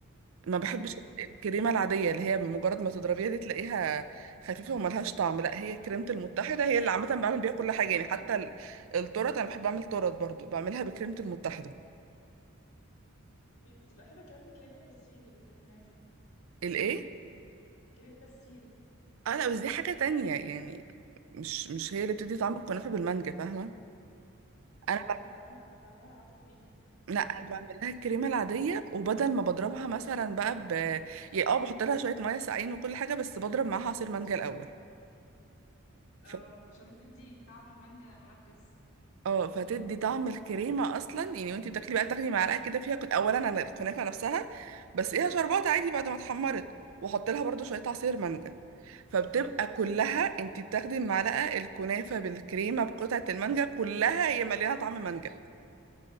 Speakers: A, on the right; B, on the left.
A: ما بحبش
B: اه
A: الكريمه العاديه اللي هي مجرد ما تضربيها دي تلاقيها خفيفه وملهاش طعم لا هي كريمه المتحده هي اللي عامه بعمل بيها كل حاجه يعني حتى ال- التورت انا بحب اعمل تورت برضو بعملها بكريمه المتحده
B: بي- بتبقى حلوة كمان بكريم البسيلي الكنافة
A: الايه
B: كريم بسيلي
A: اه لا بس دي حاجه تانية يعني مش مش هي اللي بتدي طعم الكنافه بالمانجا فاهمه
B: مش
A: انا
B: عارفة انا بعملها بعملها على طول بيها بتبقى
A: لا انا
B: حلوة
A: بعمل لها الكريمه العاديه وبدل ما بضربها مثلا بقى ب يعني اه بحط لها شويه ميه ساقعين وكل حاجه بس بضرب معاها عصير مانجا الاول
B: اه
A: ف...
B: عشان تدي طعم المانجا مركز
A: اه فتدي طعم الكريمه اصلا يعني وانتي بتاكلي بقى تاخدي معلقه كده فيها كن- اولا انا الكنافه نفسها بس ايه شربات عادي بعد ما اتحمرت واحط لها برضو شويه عصير مانجا فبتبقى كلها انتي بتاخدي المعلقه الكنافه بالكريمه بقطعه المانجا كلها هي مليانه طعم مانجا